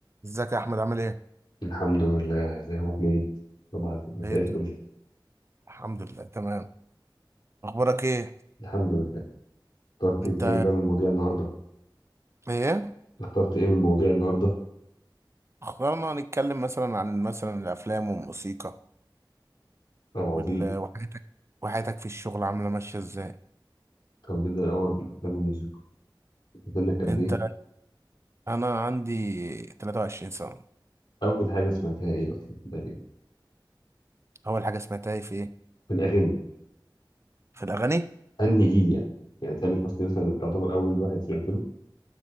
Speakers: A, on the right; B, on the left.
A: ازيك يا احمد عامل ايه؟
B: الحمد لله ازيك يا ابو حميد طبعا مساء
A: ايه الدنيا؟
B: الفل
A: الحمد لله تمام اخبارك ايه؟
B: الحمد لله اخترت
A: انت
B: انت ايه بقى من مواضيع النهارده
A: ايه؟
B: اخترت ايه من مواضيع النهارده
A: اخبارنا نتكلم مثلا عن مثلا الافلام والموسيقى
B: طب
A: وال...
B: عظيم
A: وحياتك وحياتك في الشغل عامله ماشيه ازاي؟
B: طب نبدا الاول بالافلام والموسيقى سنك قد
A: انت
B: ايه
A: انا عندي 23 سنه
B: اول حاجه سمعتها ايه اصلا في الاغاني
A: اول حاجه سمعتها في ايه؟
B: في الاغاني
A: في الاغاني؟
B: انهي جيل يعني يعني تامر حسني مثلا يعتبر اول واحد سمعت له